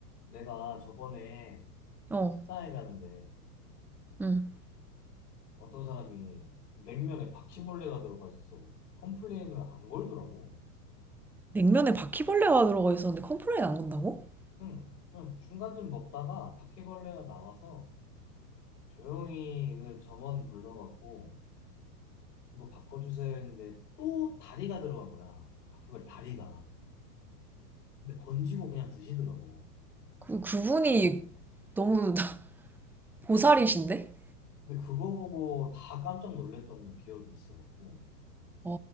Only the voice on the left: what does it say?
내가 저번에
식당에 갔는데
어떤 사람이 냉면에 바퀴벌레가 들어가 있어서 컴플레인을 안 걸더라고.
응, 그냥 중간쯤 먹다가 바퀴벌레가 나와서 조용히 그 점원 불러갖고 이거 바꿔주세요 했는데 또 다리가 들어간 거야. 바퀴벌레 다리가. 근데 건지고 그냥 드시더라고.
근데 그거 보고 다 깜짝 놀랐던 기억이 있어갖고.